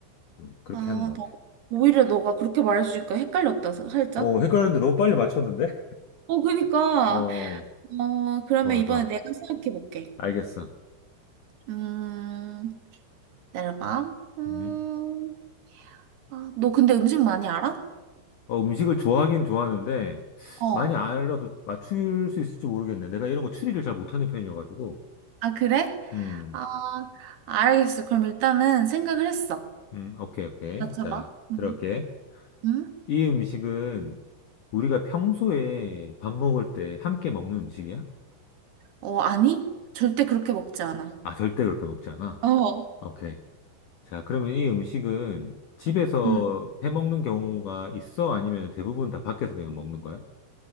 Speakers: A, on the left; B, on the right.
A: 음, 그렇게
B: 아,
A: 하는 것
B: 나
A: 같아.
B: 오히려 너가 그렇게 말해주니까 헷갈렸다, 살짝.
A: 어, 헷갈렸는데 너무 빨리 맞췄는데?
B: 어, 그니까.
A: <laughs> 어,
B: 어, 그러면
A: 좋아,
B: 이번에
A: 좋아.
B: 내가 생각해 볼게.
A: 알겠어.
B: 음, 내려봐. 음,
A: 음.
B: 아, 너 근데 음식 많이 알아?
A: 어, 음식을 좋아하긴 좋아하는데
B: 어.
A: 많이 알아도 맞출 수 있을지 모르겠네. 내가 이런 거 추리를 잘 못하는 편이어가지고.
B: 아, 그래?
A: 음,
B: 아, 알겠어. 그럼 일단은 생각을 했어.
A: 음, 오케이, 오케이.
B: 맞춰봐.
A: 자,
B: 음.
A: 들어갈게.
B: 음?
A: 이 음식은 우리가 평소에 밥 먹을 때 함께 먹는 음식이야?
B: 어, 아니? 절대 그렇게 먹지 않아.
A: 아, 절대 그렇게 먹지 않아.
B: 어.
A: 오케이. 자, 그러면 이 음식은 집에서
B: 음.
A: 해 먹는 경우가 있어? 아니면 대부분 다 밖에서 그냥 먹는 거야?